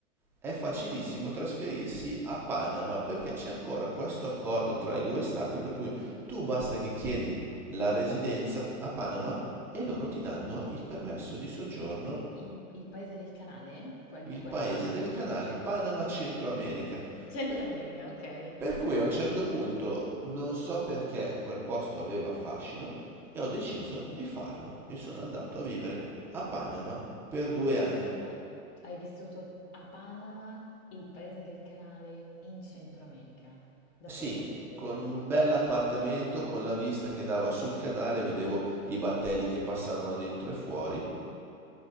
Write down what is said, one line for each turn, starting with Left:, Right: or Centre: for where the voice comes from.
Centre: è facilissimo trasferirsi a Panama perché c'è ancora questo accordo tra i due stati per cui tu basta che chiedi la residenza a Panama e loro ti danno il permesso di soggiorno
Left: Il, il paese del canale? Quel,
Centre: il
Left: quella
Centre: paese
Left: pana.
Centre: del canale
Left: <laughs> Ok,
Centre: Panama
Left: ok.
Centre: Centro America.
Left: Centro
Centre: Per,
Left: America, ok.
Centre: per cui a un certo punto non so perché quel posto aveva fascino e ho deciso di farlo e sono andato a vivere a Panama per due
Left: No,
Centre: anni.
Left: Aspetta, hai vissuto a Panama, il paese del canale, in Centro America? Davvero?
Centre: Sì,
Left: Sul serio?
Centre: con un bel appartamento con la vista che dava sul canale, vedevo i battelli che passavano dentro e fuori